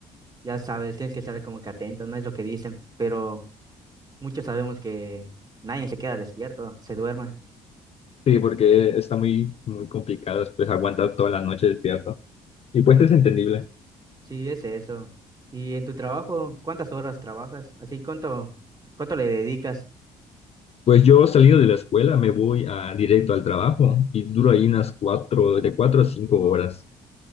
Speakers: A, on the right; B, on the left.
A: ya sabes, tienes que estar como que atento, no es lo que dicen, pero muchos sabemos que nadie se queda despierto, se duerme.
B: Sí, porque está muy, muy complicado pues aguantar toda la noche despierto. Y pues es entendible.
A: Sí, es eso. Y en tu trabajo, ¿cuántas horas trabajas? Así, ¿cuánto, cuánto le dedicas?
B: Pues yo salido de la escuela me voy a, directo al trabajo y duro ahí unas cuatro, de cuatro a cinco horas.